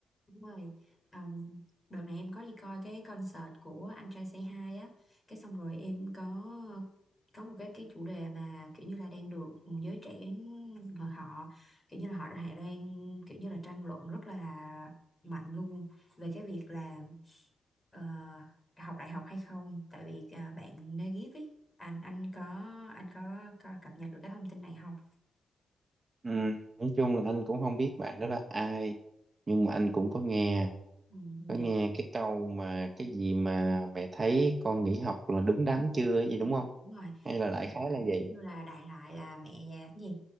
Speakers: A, on the left; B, on the right.
A: Đúng rồi. Ờm, đợt này em có đi coi cái concert của anh trai Say Hi á, cái xong rồi em có có một cái cái chủ đề mà kiểu như là đang được giới trẻ họ họ- kiểu như là họ đã đang kiểu như là tranh luận rất là mạnh luôn về cái việc là ờ, học đại học hay không, tại vì à, bạn Negip ấy, anh anh có anh có, có cập nhật được cái thông tin này không?
B: Ừ, nói chung là anh cũng không biết bạn đó là ai nhưng mà anh cũng có nghe
A: Ừ,
B: có
A: dạ
B: nghe cái câu mà cái gì mà mẹ thấy con nghỉ học là đúng đắn chưa ấy gì
A: Ừ,
B: đúng không
A: đúng rồi
B: hay là
A: Ừ,
B: đại khái là vậy
A: như là đại loại là mẹ nhà cái gì